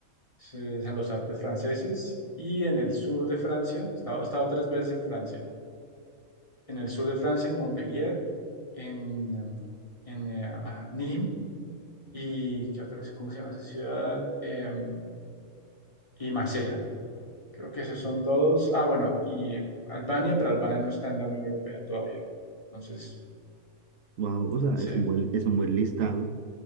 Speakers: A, on the left; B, on the right.
A: es, es en los Alpes franceses, y en el sur de Francia, he estado, he estado tres veces en Francia. En el sur de Francia, en Montpellier, en, eh, en eh, ah, Nîmes, y ¿qué otras? ¿Cómo se llama esa ciudad? Em, y Marsella. Creo que esos son todos. Ah, bueno, y Albania, pero Albania no está en la Unión Europea todavía. Entonces,
B: Wow, o sea,
A: sí,
B: es un buen es un buen listado.